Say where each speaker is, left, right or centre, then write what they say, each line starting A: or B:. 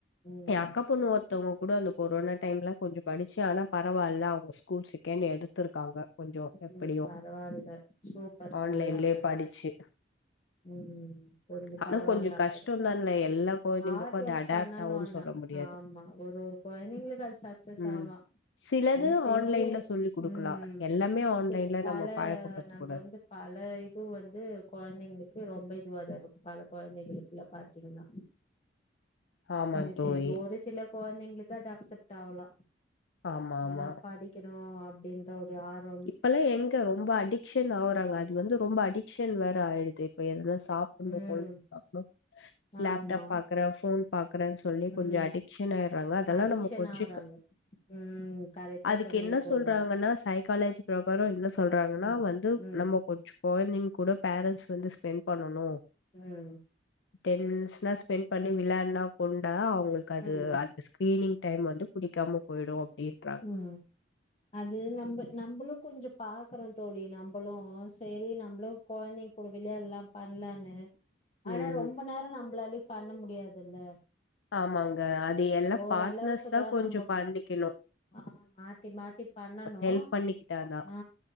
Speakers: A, on the left; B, on the left.
A: ம்
B: ஏ அக்கா பொண்ணு ஒர் த்தவ்ங்க கூட அந்த கொரோனா டைம்லா கொஞ்சோ படிச்சு ஆனா பரவால்லா அவுங்க ஸ்கூல் செகண்ட் எடுத்திருக்காங்க கொஞ்சோ
A: ம்
B: எப்படியோ
A: ம் பரவால்ல சூப்பர்
B: ஆன்லைன்லயே
A: தோழி அப்படி
B: படிச்சு
A: ம் ம் புரியுத்
B: ஆனா
A: பரவால்ல
B: கொஞ்சோ
A: அப்பட்
B: கஷ்டோந்தான்ல எல்லா கொழந்தைங்களுக்கு
A: ஆ ட்
B: அது
A: ஒர்க்
B: அடாப்ட்
A: பண்ணணு
B: ஆகுன்னு
A: ஆனா
B: சொல்ல முடியாது
A: ஆமா ஒரு ஒரு கொழந்தைங்ளுக்கு அது சக்சஸ்
B: ம்
A: ஆவலா
B: சிலது
A: எனக் தெரிஞ்சு
B: ஆன்லைன்ல சொல்லி குடுக்கலா
A: ம்
B: எல்லாமே ஆன்லைன்ல
A: ச பல
B: நம்ம பழக்கப்படுத்த
A: நம்ப
B: கூடாது
A: வந்து பல இது வந்து கொழந்திங்ளுக்கு ரொம்ப இதுவதா இருக்கு பல கொழந்தைகளுக்கிலா பாத்தீங்ன்னா
B: ஆமா
A: எனக்
B: தோழி
A: தெர்ஞ்சி ஒரு சில கொழந்திங்ளுக்கு அது அக்சப்ட் ஆவலா
B: ஆமா ஆமா
A: ஏனா படிக்கணு அப்டின்ற ஒரு ஆர்வ
B: இப்பெல்லா எங்க ரொம்ப அடிக்ஷன் ஆவுறாங்க அது வந்து ரொம்ப அடிக் ஷன் வேர ஆயிடுது இப்ப எதனா சாப்புட்ணு
A: ம்
B: கொல்னோனா லேப்டாப்
A: ஆமா
B: பாக்குற ஃபோன் பாக்குறே சொல்லி
A: ம்
B: கொஞ்ச அடிக்ஷன் ஆயட்றாங்க அதெல்லா
A: அடிக்ஷன்
B: நம்ம கொஞ்சக்
A: ஆவுறாங்க
B: க
A: ம் கரெக்டா
B: அதுக்கு
A: சொன்னீங்க
B: என்ன
A: தோழி
B: சொல்றாங்கன்னா சை காலேஜி ப்ரகாரோ என்ன சொல்றாங்கன்னா
A: ம்
B: வந்து
A: ம்
B: நம்போ கொஞ்சு கொழந்திங்கூட பேரண்ஸ் வந்து ஸ்பெண் பண்ணனு
A: ம்
B: டென்ஸ்னா ஸ்பெண் பண்ணி விளாட்னா கொண்டா அவுங்களுக் கு அது
A: ம்
B: அந்த ஸ்கிரீனிங் டைம் வந்து புடிக்காம போயிடு அப்டின்றா
A: ம் அது நம் நம்பளு கொஞ்சோ பாக்குறோ தோழி நம்பளு செரி நம்ப்ளு கொழந்தைங் கூட விளையாலா பண்ணலானு
B: ம்
A: ஆனா ரொம்ப நேரோ நம்பளாலயு பண்ண முடியாதுல்ல
B: ஆமாங்க அது எல்லா
A: ஓரளவுக்கு
B: பாட்னர்ஸ்தா
A: தா
B: கொஞ்சோ
A: நம்ப
B: பண்ணிக்கிணு
A: ஆ மாத்தி மாத்தி பண்ணணு
B: ஹெல்ப் பண்ணிக்கிட்டாதா
A: ஆ